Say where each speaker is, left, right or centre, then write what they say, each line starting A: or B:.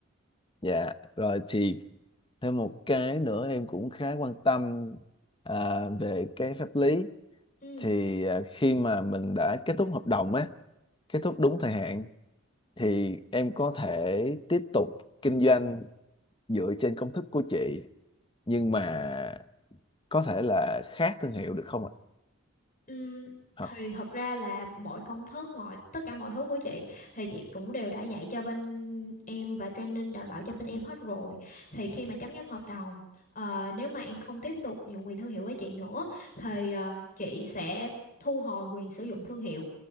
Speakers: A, on the left (about 25°); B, on the left (about 40°).
A: dạ rồi thì thêm một cái nữa em cũng khá quan tâm à, về cái pháp lý
B: Ừ.
A: thì à, khi mà mình đã kết thúc hợp đồng á kết thúc đúng thời hạn thì em có thể tiếp tục kinh doanh dựa trên công thức của chị nhưng mà có thể là khác thương hiệu được không ạ?
B: Ừm,
A: Hả?
B: thì thật ra là mọi công thức mọi tất cả mọi thứ của chị thì chị cũng đều đã dạy cho bên em và training đào tạo cho bên em hết rồi thì khi mà chấm dứt hợp đồng ờ, nếu mà em không tiếp tục nhượng quyền thương hiệu với chị nữa thì ờ, chị sẽ thu hồi quyền sử dụng thương hiệu